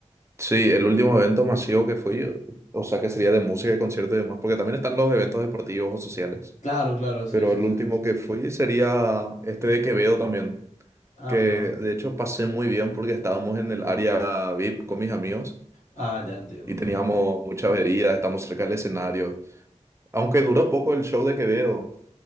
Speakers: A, on the right; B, on the left.
A: Sí, el último evento masivo que fui, o sea, que sería de música y concierto y demás, porque también están los eventos deportivos o sociales.
B: Claro, claro, sí,
A: Pero
B: sí,
A: el
B: sí.
A: último que fui sería este de Quevedo también,
B: Ah,
A: que
B: bueno.
A: de hecho pasé muy bien porque estábamos en el área VIP con mis amigos
B: Ah, ya entiendo,
A: y
B: entiendo.
A: teníamos muchas bebidas, estamos cerca del escenario. Aunque duró poco el show de Quevedo,